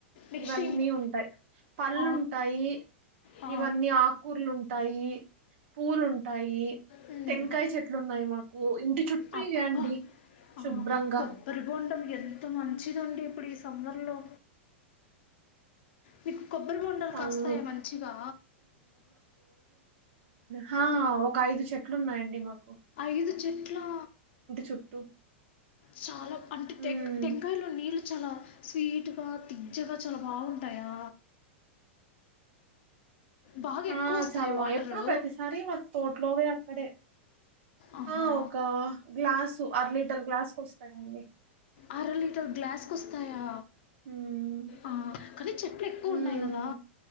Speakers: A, on the left; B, on the right.
A: నెక్స్ట్
B: ఇవన్నీ
A: ఇంకా
B: ఉంటాయ్ పళ్ళుంటాయి
A: ఆ, ఆ,
B: ఇవన్నీ అక్కర్లు ఉన్ టాయి పూలు ఉంటాయి
A: మ్మ్.
B: టెంకాయి చెట్లు ఉన్నాయి మాక్ కు ఇంటి చుట్టూ
A: అబ్బా
B: ఇవే అండి
A: ఆ,
B: శుభ్రంగా
A: కొబ్బరి బొండం ఎంత మంచిదండి ఇప్పుడు ఈ సమ్మర్లో మీకు కొబ్బరి బొడాలు
B: అవును
A: కాస్తాయా మంచిగా
B: హా ఒక ఐదు చెట్లున్నాయండి మాక్
A: ఐదు చెట్లా
B: చుట్టూ
A: చాలా అంటే టెక్
B: ఉమ్
A: టంకాయలో నీళ్ళు చాలా స్వీట్ గా తియ్యగా చాలా బాగుంటాయా బాగా ఎక్కువోస్తాయ
B: ఆ చాలా
A: వాటరూ
B: బా ఎప్పుడో ప్రతిసారి మా తోటలోవే అక్కడే
A: ఆహా
B: ఆ ఒక గ్లాసు అర లీటర్ గ్లాస్కి వస్తాయండి
A: అరలీ టర్ గ్లాస్కోస్తాయా
B: ఉమ్
A: ఆ కని చెట్లు ఎక్కువున్నాయ్
B: ఉమ్
A: కదా